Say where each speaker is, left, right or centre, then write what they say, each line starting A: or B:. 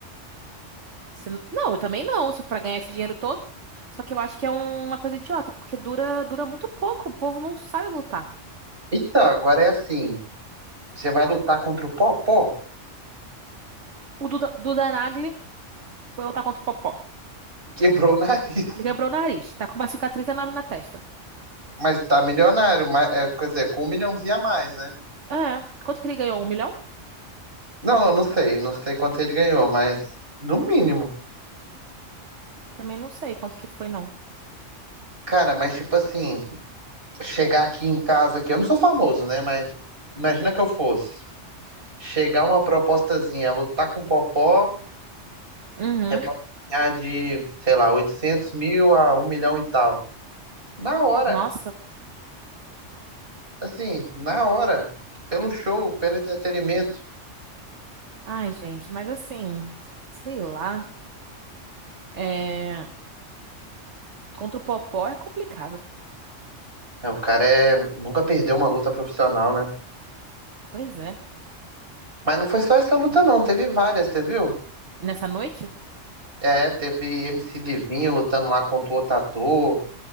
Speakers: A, on the right; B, on the right.
A: Se n- Não, eu também não, se pra ganhar esse dinheiro todo. Só que eu acho que é um- uma coisa idiota, porque dura, dura muito pouco, o povo não sabe lutar.
B: Então, agora é assim, você vai lutar contra o Popó?
A: O Duda, Duda Nagli foi lutar contra o Popó.
B: Quebrou o nariz,
A: Ele quebrou o nariz, tá com uma cicatriz enorme na testa.
B: <laughs> mas tá milionário, mas, é, quer dizer, com um milhãozinho a mais, né?
A: É, quanto que ele ganhou? Um milhão?
B: Não, não, não sei, não sei quanto ele ganhou, mas no mínimo.
A: Também não sei quanto que foi, não.
B: Cara, mas tipo assim... chegar aqui em casa aqui, eu não sou famoso, né? Mas imagina que eu fosse. Chegar uma propostazinha, lutar com o Popó,
A: Uhum,
B: você pode ganhar de, sei lá, 800 mil a um milhão e tal. Na hora,
A: nossa.
B: assim, na hora, pelo show, pelo entretenimento.
A: Ai, gente, mas assim, sei lá. É, contra o Popó é complicado.
B: É, o cara é... nunca perdeu uma luta profissional, né?
A: Pois é.
B: Mas não foi só essa luta, não, teve várias, você viu?
A: Nessa noite?
B: É, teve MC Livinho lutando lá contra o outro ator,